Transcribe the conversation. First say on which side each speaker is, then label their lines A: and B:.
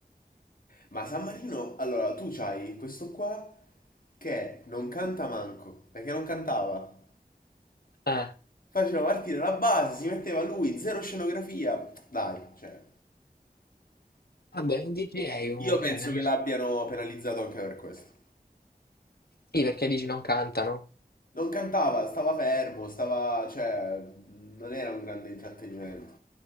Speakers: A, on the left; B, on the left.
A: Ma San Marino, allora tu c'hai questo qua che non canta manco, perché non cantava.
B: Eh,
A: Faceva partire la base, si metteva lui, zero scenografia. Dai, cioè,
B: vabbè, è un DJ comunque.
A: io penso
B: eh.
A: che l'abbiano penalizzato anche per questo.
B: Sì, perché dici non cantano.
A: Non cantava, stava fermo, stava, cioè, non era un grande intrattenimento.